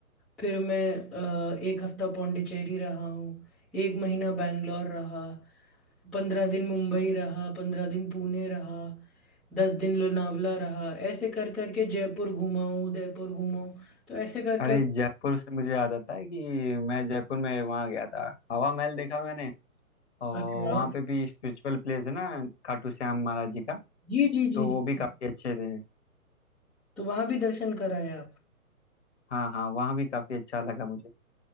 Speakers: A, in the centre; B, on the left.
A: फिर मैं अ, एक हफ्ता पौंडीचेरी रहा हूँ एक महीना बैंगलोर रहा पंद्रह दिन मुंबई रहा पंद्रह दिन पुणे रहा दस दिन लोनावला रहा ऐसे कर करके जयपुर घुमा हूँ उदयपुर घुमा हूँ तो ऐसे कर
B: अरे
A: कर
B: जयपुर से मुझे याद आता है कि मैं जयपुर में वहाँ गया था हवा महल देखा मैंने और
A: अरे वाह
B: वहाँ पे भी स्पिरिचुअल प्लेस है ना खाटू श्याम महाराज जी का
A: जी जी जी
B: तो
A: जी
B: वो भी काफी अच्छे थे
A: तो वहां भी दर्शन कराया
B: हाँ हाँ वहाँ भी काफी अच्छा लगा मुझे